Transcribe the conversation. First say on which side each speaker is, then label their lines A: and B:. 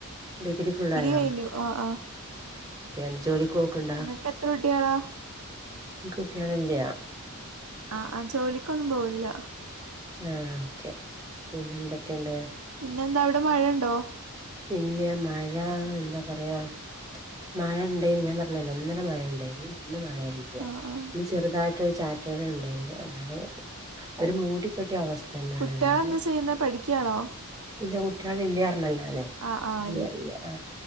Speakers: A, on the right; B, on the right.
A: ഡിഗ്രി ഫുള്ളായോ
B: കഴിഞ്ഞു ആഹ് ആഹ്
A: ക്കേണ് ജോലിക്ക് ഓക്ക്ണ്ടാ
B: ഇങ്ങക്ക് എത്ര കുട്ടികളാ
A: ഇക്ക് കുട്ട്യാളില്ല
B: ആ ആ ജോലിക്കൊന്നും പോവ് ല്ല
A: ആ ഓക്കെ പിന്നെ എന്തൊക്കെണ്ട്
B: പിന്നെ എന്താ അവിടെ മഴണ്ടോ
A: ഇല്ല മഴ എന്താ പറയാ മഴ ണ്ടേയ്ന് ഞാൻ പറഞ്ഞല്ലോ ഇന്നലെ മഴയണ്ടേനി ഇന്ന് മഴ ഇല്ല
B: ആഹ് ആഹ്
A: ഇന്ന് ചെറുതായിട്ടൊരു ചാറ്റല്ണ്ടേനി അല്ലാതെ ഒരു മൂടി കെട്ടിയ അവസ് ത്തന്നെയാണ്
B: കുട്ടികളെന്താ
A: അല്ലാതെ
B: ചെയ്യുന്നെ പഠിക്കാണോ
A: ഇല്ല കുട്ട്യാളില്ലാർഞ്ഞല്ലോ ഞാന്
B: ആഹ് ആഹ്
A: ഇല്ല ഇല്ല ആ